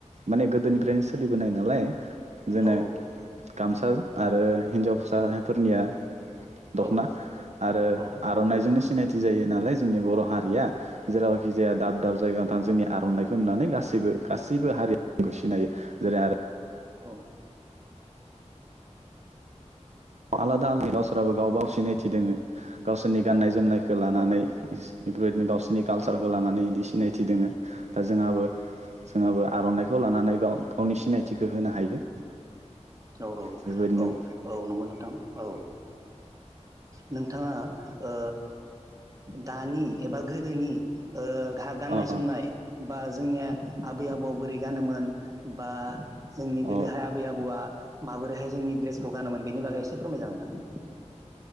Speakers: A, on the right; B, on the right.
A: माने गोदोनिफ्रायनो सोलिबोनाय नालाय जोंनिया
B: औ
A: गामसा आरो हिन्जावसा फोरनिया दख'ना
B: औ
A: आरो
B: औ
A: आर'नाइजोंनो सिनायथि जायो नालाय जोंनि बर' हारिया। जेरावखि जाया दाब दाब जायगायाव थां जोंनि आर'नाइखौ नुनानै गासैबो गासैबो हारिया सिनायो जेरै आरो
B: औ।
A: आलादा- आलादा गावसोराबो गावबा- गाव सिनायथि दोङो। गावसोरनि गाननाय- जोमनायखौ लानानै
B: औ
A: बेफ्रायबायदिनो गावसोरनि कालसारखौ
B: औ
A: लानानै बिदि सिनायथि दोङो। दा जोंहाबो -जोंहाबो आर'नाइ खौ लानानै गाव -गावनि सिनायथिखौ होनो हायो।
B: औ औ
A: बेबायदिनो
B: औ औ नंगौ नोंथां ओ नोंथाङा ओ दानि ओ एबा गोदोनि ओ गाननाय
A: अ
B: -जोमनाय
A: अ
B: बा जोंनिया आबै आबौआ बोरै गानोमोन बा जोंनि
A: अ
B: गोदोहाय आबै आबौआ माबोरैहाय जोंनि ड्रेसखौ गानोमोन बेनि बागै एसे फोरमायजागोन नोंथां।